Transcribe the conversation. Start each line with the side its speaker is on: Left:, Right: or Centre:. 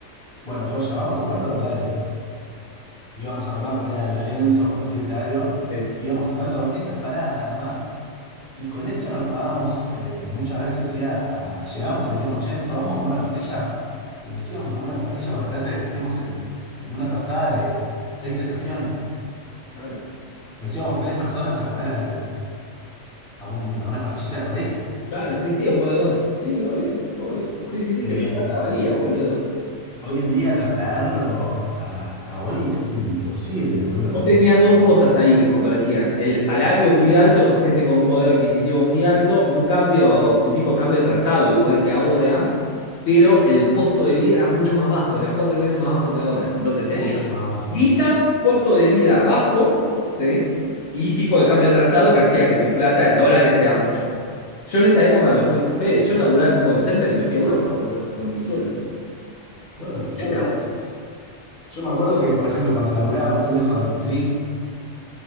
Centre: Bueno, joya, ¿vamos tocando? Dale. Íbamos a comer, poner a lo denso, por decirte algo.
Left: sí,
Centre: Íbamos tocando esas paradas nada más. Y con eso nos pagamos eh, muchas veces ir a, a- Llegamos y decíamos, che, Enzo, vamos a comer una parrilla. Y nos íbamos a comer una parrilla con la plata de que hacíamos en, en una pasada de seis estación.
Left: claro.
Centre: Nos íbamos tres personas a comer al- a, un- a una parrillita por ahí.
Left: Claro, sí, sí, un bodegón. Sí, obvio, obvio. Sí, sí, sí,
Centre: Eh,
Left: que la plata valía, boludo.
Centre: hoy en día trasladarlo a, a hoy es imposible, boludo.
Left: Vos tenías dos cosas ahí que convergían. El salario muy alto, gente con un poder adquisitivo muy alto, un cambio, un tipo de cambio trazado igual que ahora, pero el costo de vida era mucho más bajo, era cuatro veces más bajo que ahora. Entonces tenía
Centre: Mucho más bajo.
Left: guita, costo de vida bajo, ¿sí? Y tipo de cambio trazado que hacía que tu plata en dólares sea mucho. Yo en esa época me fui, Fede, yo laburaba en un call center y me fui a Europa, boludo, con mi sueldo.
Centre: Bueno, yo,
Left: ¿Qué te hago?
Centre: yo me acuerdo que, por ejemplo, cuando laburaba con tu viejo en Fring,